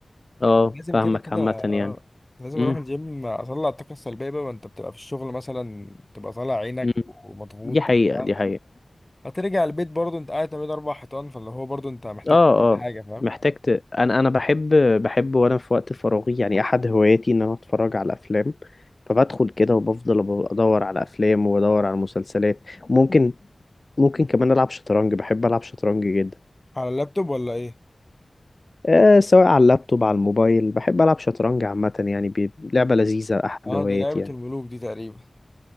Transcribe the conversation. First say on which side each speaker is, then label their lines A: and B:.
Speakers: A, on the left (about 45°); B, on the left (about 20°).
A: اه
B: لازم
A: فاهمك
B: كده كده
A: عامه
B: اه
A: يعني
B: لازم
A: امم
B: اروح الجيم اطلع الطاقه السلبيه بقى ما انت بتبقى في الشغل مثلا تبقى طالع عينك
A: امم
B: ومضغوط
A: دي حقيقه
B: وبتاع
A: دي حقيقه
B: هترجع البيت برضه انت قاعد ما بين اربع حيطان فاللي هو برضه انت محتاج
A: اه
B: تعمل
A: اه
B: حاجه فاهم
A: محتاج ت... انا انا بحب بحب وانا في وقت فراغي يعني احد هواياتي ان انا اتفرج على افلام فبدخل كده وبفضل أب- ادور على افلام وادور على مسلسلات ممكن ممكن كمان العب شطرنج بحب العب شطرنج جدا
B: على اللابتوب ولا ايه
A: آه سواء على اللابتوب على الموبايل بحب العب شطرنج عامة يعني بي... لعبة لذيذة احد
B: اه
A: هواياتي
B: دي لعبه
A: يعني
B: الملوك دي تقريبا